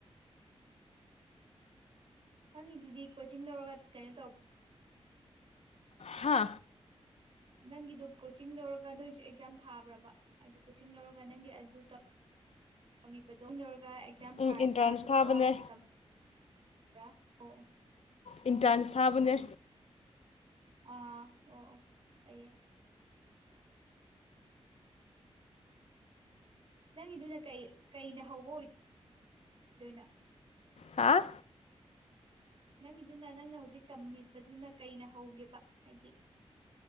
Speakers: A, on the right; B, on the left.
A: ꯅꯪꯉꯤꯗꯨꯗꯤ ꯀꯣꯆꯤꯡ ꯂꯧꯔꯒ ꯀꯩꯅꯣ ꯇꯧ
B: ꯍꯥ꯫
A: ꯅꯪꯒꯤꯗꯨ ꯀꯣꯆꯤꯡ ꯂꯧꯔꯒ ꯅꯣꯏꯁꯨ ꯑꯦꯛꯖꯥꯝ ꯊꯥꯕ꯭ꯔꯕ꯫ ꯍꯥꯏꯗꯤ ꯀꯣꯆꯤꯡ ꯂꯧꯔꯒ ꯅꯪꯒꯤ ꯑꯗꯨ ꯇꯧ <unintelligible> ꯂꯧꯔꯒ ꯑꯦꯛꯖꯥꯝ
B: ꯎꯝ
A: ꯊꯥꯔꯒ
B: ꯏꯟꯇ꯭ꯔꯥꯟꯁ
A: ꯑꯗꯨꯒ
B: ꯊꯥꯕꯅꯦ
A: ꯐꯥꯎꯔꯒ ꯇꯝꯕꯕ꯭ꯔꯥ ꯑꯣ ꯑꯣ꯫
B: ꯑꯦꯟꯇ꯭ꯔꯥꯟꯁ ꯊꯥꯕꯅꯦ꯫
A: ꯑꯥ ꯑꯣ ꯑꯣ ꯑꯩꯩꯌꯦ꯫ ꯅꯪꯒꯤꯗꯨꯅ ꯀꯩ ꯀꯩꯅ ꯍꯧꯕ ꯑꯣꯏꯗꯣꯏꯅꯣ꯫
B: ꯍꯥꯥ꯫
A: ꯅꯪꯒꯤꯗꯨꯅ ꯅꯪꯅ ꯍꯧꯖꯤꯛ ꯇꯝꯃꯤꯕꯗꯨꯅ ꯀꯩꯅ ꯍꯧꯒꯦꯕ ꯍꯥꯏꯗꯤ